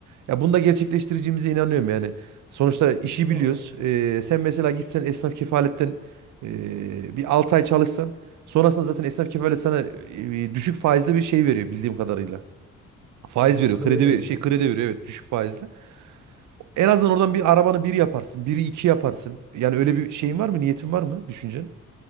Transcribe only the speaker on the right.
Ya bunu da gerçekleştireceğimize inanıyorum yani. Sonuçta işi
biliyoruz. E, sen mesela gitsen esnaf kefaletten e, bir 6 ay çalışsan sonrasında zaten esnaf kefalet sana e, düşük faizli bir şey veriyor bildiğim kadarıyla. Faiz
veriyor.
Kredi
ver şey kredi veriyor evet düşük faizli. En azından oradan bir arabanı bir yaparsın. Biri iki yaparsın. Yani öyle bir şeyin var mı? Niyetin var mı? Düşüncen?